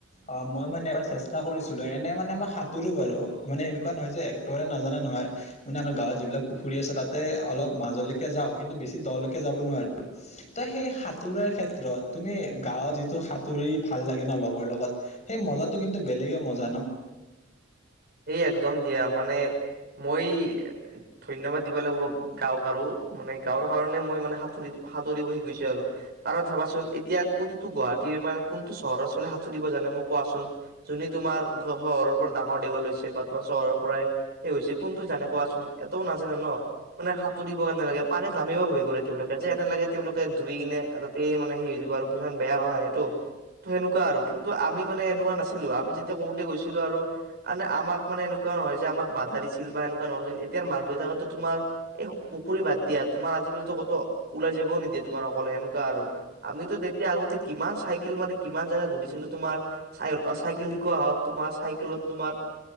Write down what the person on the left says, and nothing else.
অ মই মানে এবাৰ চেষ্টা কৰিছিলো এনে মানে মই সাঁতোৰো বাৰু, মানে এনেকুৱা নহয় যে একেবাৰে নাজানা নহয় মানে আমাৰ গাঁৱত যিবিলাক পুখুৰী আছে তাতে অলপ মাজলৈকে যাওঁ কিন্তু বেছি দৰলৈকে যাব নোৱাৰো, ত সেই সাঁতোৰাৰ ক্ষেত্ৰত তুমি গাঁৱত যিটো সাঁতুৰি ভাল লাগে ন লগৰ লগত, সেই মজাটো কিন্তু বেলেগে মজা ন।